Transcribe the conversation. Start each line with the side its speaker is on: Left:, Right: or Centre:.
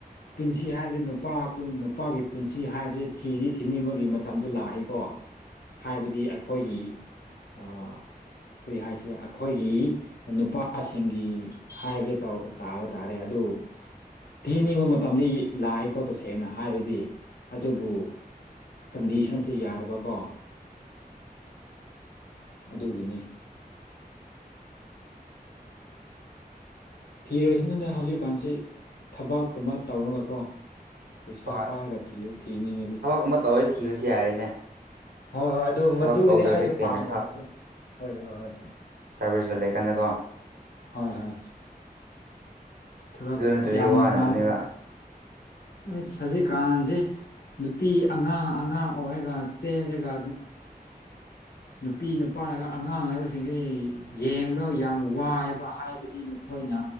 Left: ꯄꯨꯟꯁꯤ ꯍꯥꯏꯕꯁꯤ ꯅꯨꯄꯥ ꯅꯨꯄꯥꯒꯤ ꯄꯨꯟꯁꯤ ꯍꯥꯏꯕꯁꯤ ꯊꯤꯗꯤ ꯊꯤꯅꯤꯡꯕꯒꯤ ꯃꯇꯝꯗꯣ ꯂꯥꯛꯑꯦꯀꯣ ꯍꯥꯏꯕꯗꯤ ꯑꯈꯣꯏꯒꯤ ꯑ ꯀꯔꯤ ꯍꯥꯏꯁꯤꯔ ꯑꯈꯣꯏꯒꯤ ꯅꯨꯄꯥꯁꯤꯡꯒꯤ ꯍꯥꯏꯕ ꯇꯧ ꯇꯥꯕ ꯇꯥꯔꯦ ꯑꯗꯨ ꯊꯤꯅꯤꯡꯕ ꯃꯇꯝꯗꯤ ꯂꯥꯛꯑꯦꯀꯣ ꯇꯁꯦꯡꯅ ꯍꯥꯏꯔꯗꯤ ꯑꯗꯨꯕꯨ ꯀꯟꯗꯤꯁꯟꯁꯦ ꯌꯥꯗꯕꯀꯣ ꯑꯗꯨꯒꯤꯅꯤ ꯊꯤꯔꯁꯅꯨꯗ ꯍꯧꯖꯤꯛꯀꯥꯟꯁꯦ ꯊꯕꯛꯀꯨꯝꯕ ꯇꯧꯔꯒꯀꯣ ꯄꯩꯁꯥ
Right: ꯍꯣꯏ
Left: ꯄꯥꯏꯔꯒ ꯊꯤꯌꯨ ꯊꯤꯅꯤꯡꯉꯗꯤ꯫
Right: ꯊꯕꯛꯀꯨꯝꯕ ꯇꯧꯔꯗꯤ ꯊꯤꯕꯁꯨ ꯌꯥꯔꯦꯅꯦ
Left: ꯍꯣꯏ ꯍꯣꯏ ꯑꯗꯨ
Right: ꯊꯕꯛ
Left: ꯃꯗꯨꯒꯤꯅꯤ
Right: ꯇꯧꯗ꯭ꯔꯗꯤ
Left: ꯑꯩꯁꯨ
Right: ꯀꯩꯅ
Left: ꯄꯥꯝꯃꯤꯕꯁꯦ ꯍꯣꯏ ꯍꯣꯏ ꯍꯣꯏ꯫
Right: ꯁꯥꯔꯚꯤꯁꯗ ꯂꯩ ꯀꯥꯟꯗꯀꯣ
Left: ꯍꯣꯏ ꯍꯣꯏ ꯊꯕꯛ
Right: ꯑꯗꯨ ꯅꯠꯇ꯭ꯔꯗꯤ
Left: ꯌꯥꯝ
Right: ꯋꯥꯅꯕꯅꯦꯕ
Left: ꯅꯨꯡꯉꯥꯏꯔꯒ ꯑꯩꯁ ꯍꯧꯖꯤꯛꯀꯥꯟꯖꯤ ꯅꯨꯄꯤ ꯑꯉꯥꯡ ꯑꯉꯥꯡ ꯑꯣꯏꯔꯒ ꯆꯦꯜꯂꯦꯒ ꯅꯨꯄꯤ ꯅꯨꯄꯥꯅꯒ ꯑꯉꯥꯡ ꯍꯥꯏꯕꯁꯤꯡꯖꯦ ꯌꯦꯡꯕꯗ ꯌꯥꯝ ꯋꯥꯏꯕ ꯍꯥꯏꯕꯗꯤ ꯃꯈꯣꯏꯅ